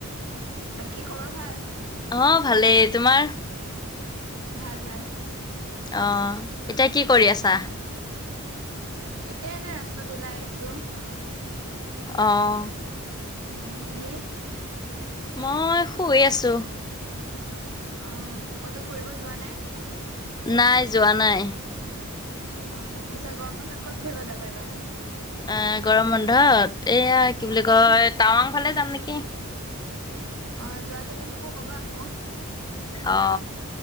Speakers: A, on the right; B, on the left.
A: বাকি খবৰ ভাল?
B: অ ভালেই। তোমাৰ?
A: ভাল ভাল
B: আহ এতিয়া কি কৰি আছা?
A: এতিয়া এনে ৰাস্তাত ওলাই আহিছো।
B: অঁহ।
A: উম তুমি?
B: মই শুই আছো।
A: আহ কতো ফুৰিব যোৱা নাই?
B: নাই যোৱা নাই।
A: অ পিছে গৰম বন্ধত ক'ত ফুৰিব যাবা এইবাৰ?
B: এ গৰম বন্ধত এইয়া কি বুলি কয়,
A: অ
B: টাৱাং ফালে যাম নেকি।
A: অ যোৱা যদি মোকো কব আক।
B: অ